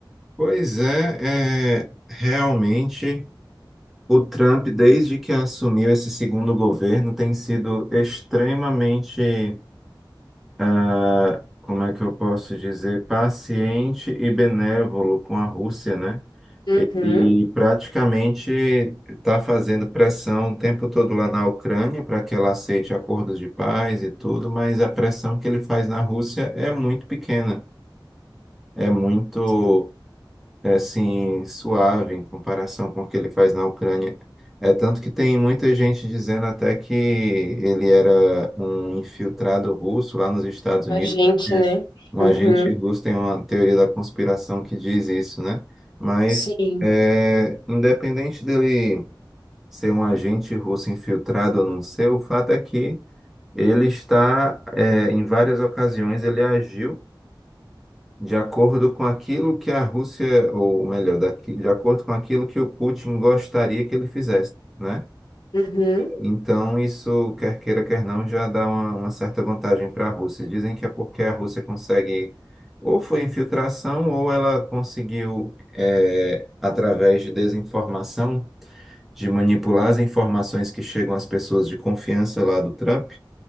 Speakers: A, in the centre; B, on the left.
A: pois é, é, realmente o Trump, desde que assumiu esse segundo governo, tem sido extremamente ah, como é que eu posso dizer, paciente e benévolo com a Rússia, né?
B: Uhum.
A: Ele praticamente está fazendo pressão o tempo todo lá na Ucrânia para que ela aceite acordos de paz e tudo, mas a pressão que ele faz na Rússia é muito pequena, é muito
B: Sim.
A: é assim, suave em comparação com o que ele faz na Ucrânia. É tanto que tem muita gente dizendo até que ele era um infiltrado russo lá nos Estados Unidos.
B: A gente,
A: né?
B: né?
A: Um
B: Uhum.
A: agente russo tem uma teoria da conspiração que diz isso, né? Mas
B: Sim.
A: é, independente dele ser um agente russo infiltrado ou não ser, o fato é que ele está, é, em várias ocasiões, ele agiu de acordo com aquilo que a Rússia, ou melhor, daqui- de acordo com aquilo que o Putin gostaria que ele fizesse, né?
B: Uhum.
A: Então, isso, quer queira, quer não, já dá uma, uma certa vantagem para a Rússia. Dizem que é porque a Rússia consegue, ou foi infiltração, ou ela conseguiu, eh, através de desinformação, de manipular as informações que chegam às pessoas de confiança lá do Trump